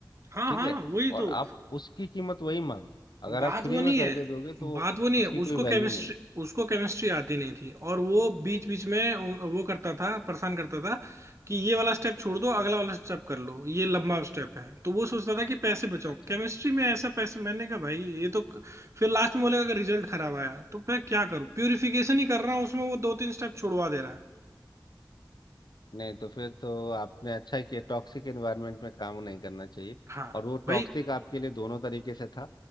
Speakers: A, on the right; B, on the left.
A: हाँ
B: ठीक
A: हाँ
B: है
A: वही तो
B: और आप उसकी कीमत वही मांगो अगर
A: बात
B: आप फ्री
A: वो नहीं
B: में करके
A: है
B: दोगे तो
A: बात वो नहीं
B: उसकी
A: है
B: कोई
A: उसको केमिस्ट्री
B: वैल्यू नहीं है।
A: उसको केमिस्ट्री आती नहीं थी और वो बीच बीच में वो करता था परेशान करता था कि ये वाला स्टेप छोड़ दो अगला वाला स्टेप कर लो ये लंबा स्टेप है तो वो सोचता था कि पैसे बचाओ
B: अच्छा
A: केमिस्ट्री में ऐसा पैसे मैंने कहा भाई ये तो क- फिर लास्ट में बोलेगा कि रिजल्ट खराब आया तो मैं क्या करूं प्यूरिफिकेशन ही कर रहा हूँ उसमें वो दो तीन स्टेप छुड़वा दे रहा है
B: नहीं तो फिर तो आपने अच्छा किया टॉक्सिक एनवायरनमेंट में काम नहीं करना चाहिए
A: हाँ
B: और वो
A: भाई
B: टॉक्सिक आपके लिए दोनों तरीके से था